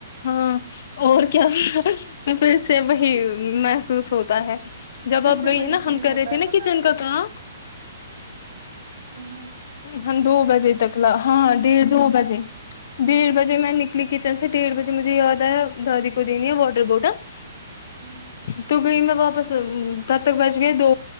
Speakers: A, on the left; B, on the right.
A: ہاں اور کیا ہو پھر سے محسوس ہوتا ہے جب
B: پھر
A: آپ
B: سے
A: گئی
B: وہی
A: ناں
B: سین
A: ہم کر
B: ہوتا
A: رہے تھے
B: ہے
A: ناں
B: پتا
A: کچن کا کام
B: ہوں
A: ہم دو بجے تک لا ہاں ڈیھ دو بجے ڈیڑھ بجے میں نکلی کچن سے ڈیڑھ بجے مجھے یاد آیا دادی کو دینی ہے واٹر بوٹل <inaudible>
B: ہوں
A: تو گئی میں واپس تب تک بچ گئے دو